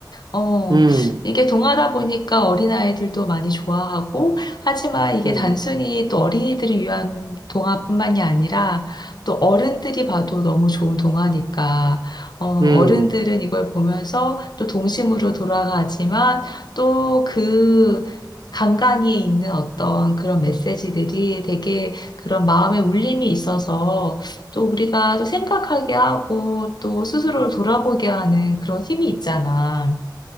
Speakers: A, on the left; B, on the right.
A: 어,
B: 음,
A: 이게 동화다 보니까 어린아이들도 많이 좋아하고, 하지만 이게
B: 음,
A: 단순히 또 어린이들을 위한 동화뿐만이 아니라, 또 어른들이 봐도 너무 좋은 동화니까, 어, 어른들은
B: 음,
A: 이걸 보면서 또 동심으로 돌아가지만, 또 그 간간이에 있는 어떤 그런 메시지들이 되게 그런 마음의 울림이 있어서, 또 우리가 또 생각하게 하고 또 스스로를 돌아보게 하는 그런 힘이 있잖아.